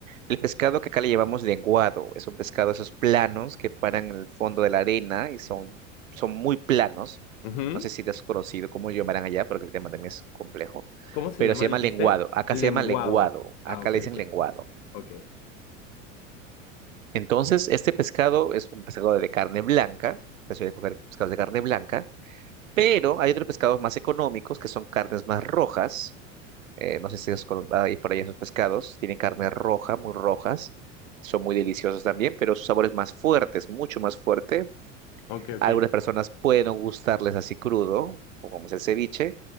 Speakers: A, on the right (about 80°); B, on the left (about 60°).
A: El pescado que acá le llevamos lenguado, es un pescado, esos planos que paran en el fondo de la arena y son, son muy planos.
B: Ujú.
A: No sé si te has conocido cómo lo llamarán allá, porque el tema también es complejo,
B: ¿Cómo se
A: pero
B: llama,
A: se llama
B: dijiste?
A: lenguado. Acá
B: Lenguado.
A: se llama lenguado, acá
B: Ah, ok,
A: le dicen
B: ok,
A: lenguado.
B: ok,
A: Entonces, este pescado es un pescado de carne blanca, se suele coger pescados de carne blanca, pero hay otros pescados más económicos que son carnes más rojas Eh, no sé si es con- hay por ahí esos pescados. Tienen carne roja, muy rojas. Son muy deliciosos también, pero su sabor es más fuerte, es mucho más fuerte.
B: ok, ok,
A: A algunas personas pueden no gustarles así crudo, o como es el ceviche.